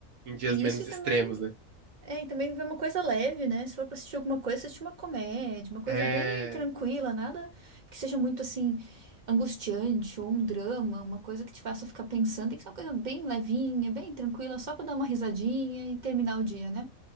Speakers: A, on the right; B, on the right.
A: Em dias
B: E
A: menos
B: isso e também
A: extremos, né?
B: É, e também ver uma coisa leve, né? Se for pra assistir alguma coisa, assistir uma comédia, uma coisa
A: É.
B: bem tranquila, nada que seja muito assim angustiante ou um drama, uma coisa que te faça ficar pensando. Tem que ser uma coisa bem levinha, bem tranquila, só pra dar uma risadinha e terminar o dia, né?